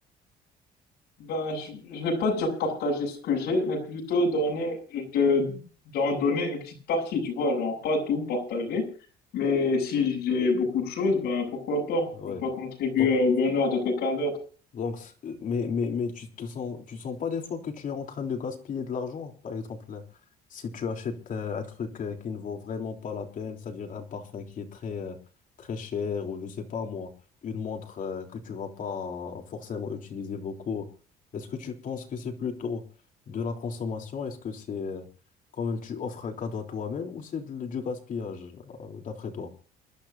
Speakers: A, on the left (about 80°); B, on the left (about 50°).
A: Ben, je ne vais pas dire partager ce que j'ai, mais plutôt donner, de, d'en donner une petite partie, tu vois, genre pas tout partager, mais si j'ai beaucoup de choses, ben pourquoi pas,
B: Ouais.
A: ne pas contribuer
B: Donc,
A: au bonheur de quelqu'un d'autre.
B: donc, c- euh, mais, mais, mais tu te sens, tu sens pas des fois que tu es en train de gaspiller de l'argent? Par exemple, euh, si tu achètes euh, un truc euh, qui ne vaut vraiment pas la peine, c'est-à-dire un parfum qui est très, euh, très cher, ou je sais pas moi, une montre euh, que tu vas pas forcément utiliser beaucoup, est-ce que tu penses que c'est plutôt de la consommation? Est-ce que c'est euh, quand même tu offres un cadeau à toi-même ou c'est de- du gaspillage, euh, d'après toi?